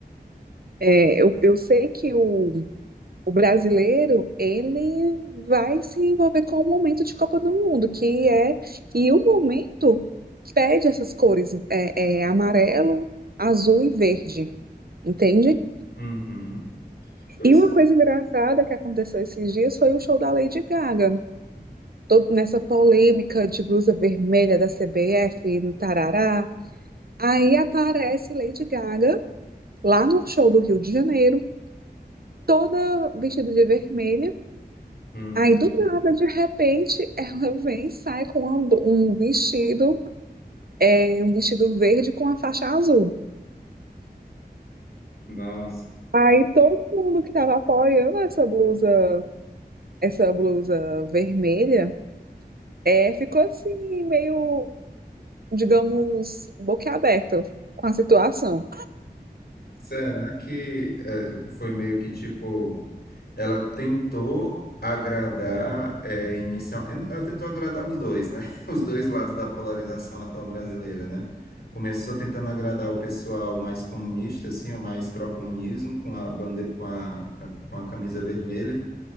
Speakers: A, on the right; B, on the left.
A: é, eu, eu sei que o, o brasileiro ele vai se envolver com o momento de Copa do Mundo, que é e o momento pede essas cores é, é, amarelo, azul e verde, entende?
B: Uhum. Pois
A: E uma coisa
B: é.
A: engraçada que aconteceu esses dias foi o show da Lady Gaga, todo nessa polêmica de blusa vermelha da CBF, tarará. Aí aparece Lady Gaga lá no show do Rio de Janeiro toda vestida de vermelho.
B: Uhum.
A: Aí do nada, de repente, ela vem e sai com uma um vestido, é, um vestido verde com a faixa azul.
B: Nossa.
A: Aí todo mundo que estava apoiando essa blusa, essa blusa vermelha, é, ficou assim, meio, digamos, boquiaberto com a situação.
B: Será que eh, foi meio que tipo, ela tentou agradar eh, inicial, ela tentou agradar os dois, né? <laughs> Os dois lados da polarização atual brasileira, né? Começou tentando agradar o pessoal mais comunista, assim, ou mais pró-comunismo, com a bande... com a, com a com a camisa vermelha,